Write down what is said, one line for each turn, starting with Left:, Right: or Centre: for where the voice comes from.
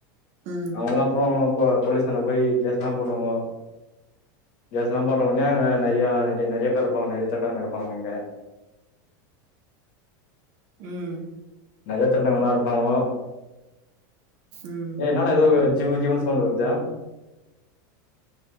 Right: ம்
Left: அவங்கதா அப்புறோ போ போலீசான்ட போய்யி கேஸ்லா போடுவாங்கோ கேஸ்லா போட்ட உனே அங்க நெறைய நெறைய நெறைய பேர் இருப்பாங்க நெறைய திருடங்க இருப்பாங்க அங்க
Right: உம்
Left: நெறைய திரடங்கலாம் இருப்பாங்கோ,
Right: ம்
Left: ஏய் னாடா ஏதோ ஜூ ஜீவன்னு சவுண்ட் வருதூ.